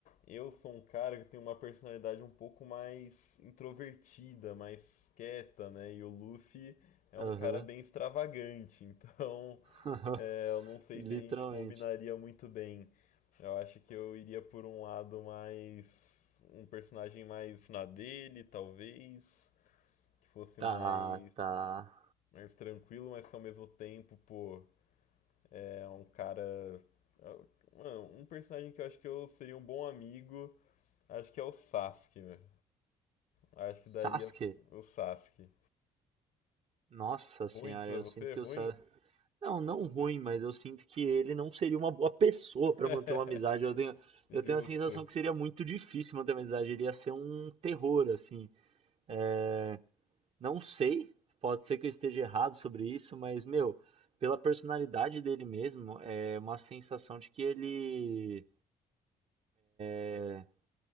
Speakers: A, on the left; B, on the right.
A: eu sou um cara que tem uma personalidade um pouco mais introvertida, mais quieta, né? E o Luffy é
B: Aham.
A: um cara bem extravagante, <laughs> então
B: <laughs>
A: é, eu não sei
B: Literalmente.
A: se a gente combinaria muito bem. Eu acho que eu iria por um lado mais. Um personagem mais na dele, talvez. Que fosse
B: Tá,
A: mais,
B: tá.
A: mais tranquilo, mas que ao mesmo tempo, pô, é um cara. Mano, um personagem que eu acho que eu seria um bom amigo, acho que é o Sasuke, velho. Acho que
B: Sasuke?
A: daria o Sasuke.
B: Nossa senhora,
A: Ruim pra
B: eu
A: você?
B: sinto que
A: Ruim?
B: o Sasuke Não, não ruim, mas eu sinto que ele não seria uma boa pessoa pra
A: <laughs>
B: manter uma amizade. Eu tenho,
A: Justo.
B: eu tenho a sensação que seria muito difícil manter uma amizade. Ele ia ser um terror, assim. É, não sei, pode ser que eu esteja errado sobre isso, mas, meu, pela personalidade dele mesmo, é uma sensação de que ele. é,